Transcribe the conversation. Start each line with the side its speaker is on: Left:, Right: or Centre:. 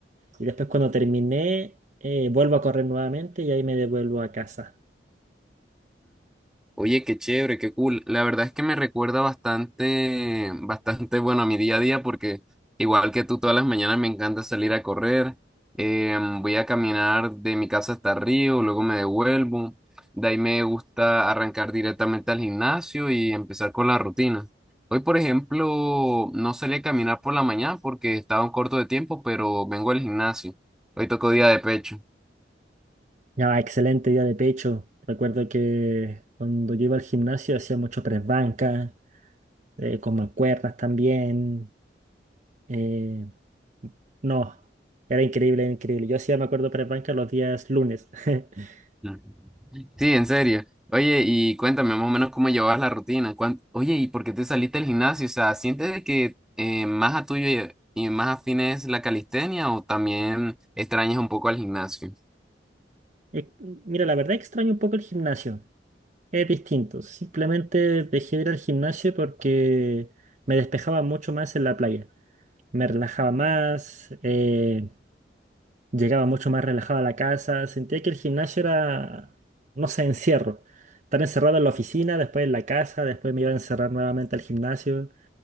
Right: Y después cuando terminé, eh, vuelvo a correr nuevamente y ahí me devuelvo a casa.
Centre: Oye, qué chévere, qué cool. La verdad es que me recuerda bastante, bastante, bueno, a mi día a día porque igual que tú todas las mañanas me encanta salir a correr. Em, voy a caminar de mi casa hasta Río, luego me devuelvo. De ahí me gusta arrancar directamente al gimnasio y empezar con la rutina. Hoy, por ejemplo, no salí a caminar por la mañana porque estaba un corto de tiempo, pero vengo al gimnasio. Hoy tocó día de pecho.
Right: Ya, excelente día de pecho. Recuerdo que cuando yo iba al gimnasio hacía mucho press banca, eh, con mancuernas también. eh, no, era increíble, era increíble. Yo hacía, me acuerdo, press banca los días lunes. <laughs>
Centre: Mm. Sí, en serio. Oye, y cuéntame más o menos cómo llevabas la rutina. cuán- Oye, ¿y por qué te saliste del gimnasio? O sea, ¿sientes de que eh, más a tuyo y y más afín es la calistenia o también extrañas un poco al gimnasio?
Right: Eh, Mira, la verdad extraño un poco el gimnasio. Es distinto. Simplemente dejé de ir al gimnasio porque me despejaba mucho más en la playa. Me relajaba más. eh, Llegaba mucho más relajado a la casa, sentía que el gimnasio era, no sé, encierro. Estar encerrado en la oficina, después en la casa, después me iba a encerrar nuevamente al gimnasio.